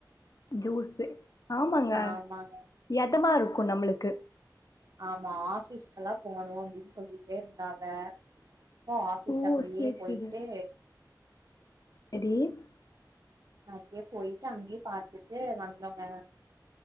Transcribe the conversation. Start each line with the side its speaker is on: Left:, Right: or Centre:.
Left: ஜூஸ்சு ஆமாங்க
Right: ஆமாங்க
Left: எதமா இருக்கும் நம்மளுக்கு க்கு
Right: ஆமா ஆபீஸ்கெல்லாம் போணும் அப்டின்னு சொல்லிட்டே இருந்தாங்க அப்போ ஆபீஸ்
Left: ஓ
Right: அப்டியே
Left: சேரி
Right: போயிட்டு
Left: சேரி <unintelligible>
Right: அப்டியே போயிட்டு அங்கேயே பாத்துட்டு வந்தோங்க